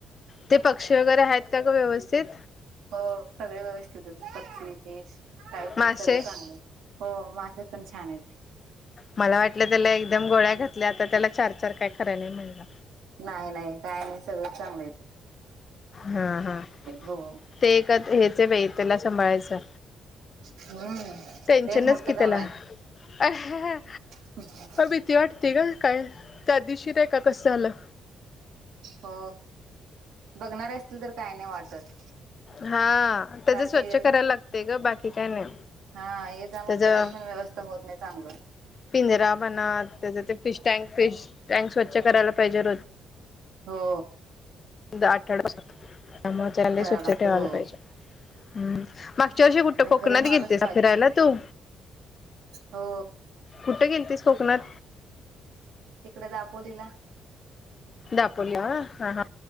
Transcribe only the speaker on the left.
ते पक्षी वगैरे आहेत का? सगळं व्यवस्थित?
मासे
मला वाटलं त्याला एकदम गोळ्या घातल्या, आता त्याला चार-चार काय कराय नाही म्हणलं.
हा हा,
ते एक हेच बाई, त्याला सांभाळायचं.
टेन्शनच
की
त्याला,
अहं...
भीती वाटते का? काय त्या दिवशी नाही का कसं झालं?
हा, त्याचं
स्वच्छ
करायला लागतं ग, बाकी काय नाही.
त्याच
पिंजरा म्हणा, त्याचं ते फिश टँक रोज स्वच्छ करायला पाहिजे..
दहा आठवड्यांपासून त्यामुळे त्याला
स्वच्छ
ठेवायला
पाहिजे. हं, मागच्या वर्षी कोकणात
कुठं
गेली होतीस
फिरायला तू?
कुठे? गेलतीस कोकणात?
दापोली, होय. हा हा,